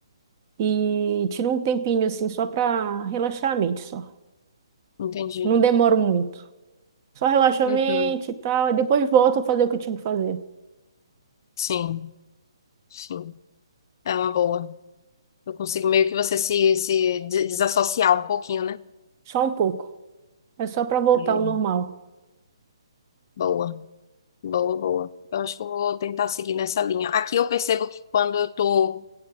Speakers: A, on the right (about 35°); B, on the left (about 45°).
A: E tiro um tempinho assim só para relaxar a mente, só.
B: entendi.
A: Não demoro muito. Só relaxo a
B: Uhum.
A: mente e tal. E depois volto a fazer o que eu tinha que fazer.
B: Sim, sim. É uma boa. Eu consigo meio que você se, se de- desassociar um pouquinho, né?
A: Só um pouco. É só para voltar
B: Aí,
A: ao normal.
B: boa, boa, boa. Eu acho que eu vou tentar seguir nessa linha. Aqui eu percebo que quando eu tô